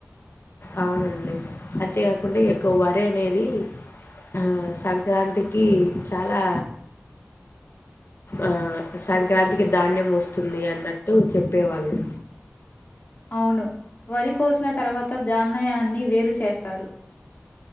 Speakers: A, on the left (about 65°); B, on the left (about 50°).
A: అవునండి అంతేకాకుండా ఈ యొక్క వరి అనేది ఆ సంక్రాంతికి చాలా ఆ సంక్రాంతికి ధాన్యం వస్తుంది అన్నట్టు చెప్పేవాళ్ళు.
B: అవును వరి కోసిన తర్వాత దాన్నయాన్ని వేరు చేస్తారు.